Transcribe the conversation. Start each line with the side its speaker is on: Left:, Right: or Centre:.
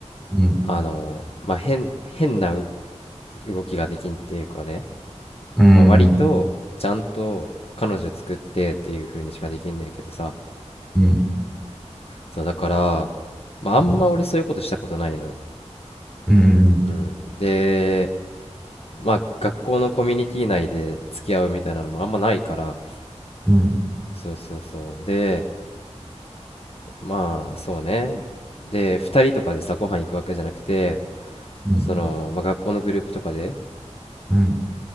Centre: うん、
Left: あのーまあ変変なう動きができんっていうかね、
Centre: うん、うん、
Left: まあ、割とちゃんと彼女作ってっていう風にしかできんねんけどさ
Centre: うん、
Left: そうだから、まあ、あんま俺そういうことしたことないのよ、
Centre: うん、うん、
Left: うん、でまあ学校のコミュニティ内で付き合うみたいなのもあんまないから
Centre: うん、
Left: そうそうそうでまあそうねで2人とかでさご飯行くわけじゃなくて
Centre: うん、
Left: その、まあ、学校のグループとかで
Centre: うん、